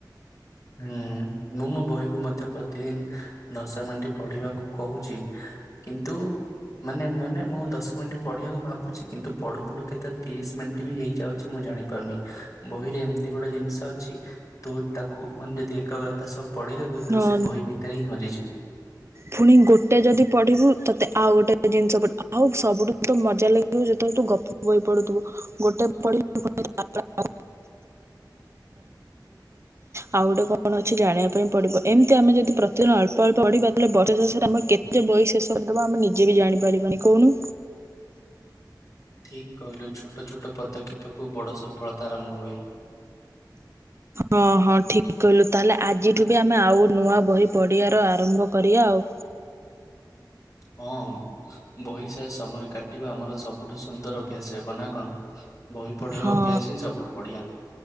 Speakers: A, on the left; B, on the right.
A: ହୁଁ ମୁଁ ମୋ ବହିକୁ ମଧ୍ୟ ପ୍ରତିଦିନ ଦଶ ମିନିଟ୍ ପଢିବ ପାଇଁ କହୁଚି। କିନ୍ତୁ, ମାନେ, ମାନେ ମୁଁ ଦଶ ମିନିଟ୍ ପଢିବାକୁ ଭାବୁଛି କିନ୍ତୁ ପଢୁ ପଢୁ କେତେବେଳେ ତିରିଶ ମିନିଟ୍ ବି ହେଇଯାଉଛି ମୁଁ ଜାଣି ଉନି ବହିରେ ଏମିତି ଗୋଟେ ଜିନିଷ ଅଛି। ତୁ ତାକୁ ମାନେ ଯଦି ଏକଗ୍ରତା ସହ ପଢିଦବୁ ତୁ
B: ହଁ
A: ସେ ବହି ଭିତରେ ହିଁ ହଜିଯିବୁ।
B: ପୁଣି ଗୋଟେ ଯଦି ପଢିବୁ ତତେ ଆଉ ଗୋଟେ ଜିନିଷ, ଆଉ ସବୁଠୁ ତ ମଜା ଲାଗିବ ଯେତେବେଳେ ତୁ ଗପ ବହି ପଢୁଥିବୁ, ଗୋଟେ ପଢ <unintelligible> ଅଟା <unintelligible> ଆଉ ଗୋଟେ କଣ ଅଛି ଜାଣିବା ପାଇଁ। ପଡ଼ିବ ଏମିତି ଆମେ ଯଦି ପ୍ରତିଦିନ ଅଳ୍ପ ଅଳ୍ପ ପଢିବା, ତାେ ବର୍ଷ ଶେଷରେ ଆମେ କେତେ ବହିଶେଷ କରିଦେବା। ଆମେ ନିଜେ ଯିଏ ବି ଜାଣିପାରିବନି କହୁନୁ।
A: ଠିକ କହିଲୁ, ଛୋଟ ଛୋଟ ପଦକ୍ଷେପ ରୁ ବଡ ସଫଳତା ଆରମ୍ଭ ହୁଏ।
B: ହଁ, ହଁ ଠିକ କହିଲୁ, ତାହେଲେ ଆଜିଠୁ ବି ଆମେ ଆଉ ନୂଆ ବହି ପଢିବାର ଆରମ୍ଭ କରିବା ଆଉ।
A: ହଁ, ବହି ସହ ସମୟ କାଟିବା ଆମର ସବୁଠୁ ସୁନ୍ଦର ଅଭ୍ୟାସ ହେବ ନା କଣ? ବହି ପଢିବା
B: ହଁ
A: ଅଭ୍ୟାସ ହିଁ ସବୁଠୁ ବଢିଆ।